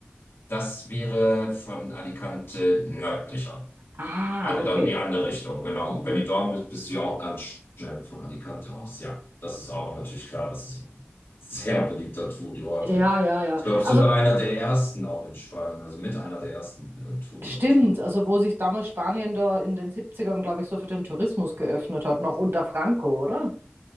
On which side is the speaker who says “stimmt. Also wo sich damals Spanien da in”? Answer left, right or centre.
Right